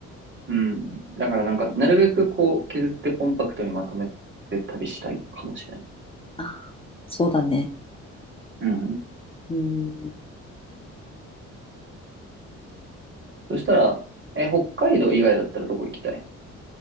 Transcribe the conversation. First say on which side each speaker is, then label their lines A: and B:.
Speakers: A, on the right; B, on the left.
A: うん。だからなんか、なるべくこう、削ってコンパクトにまとめて旅したいかもしれない。
B: ああそうだね。
A: うん。
B: うん。
A: そしたら、え、北海道以外だったらどこ行きたい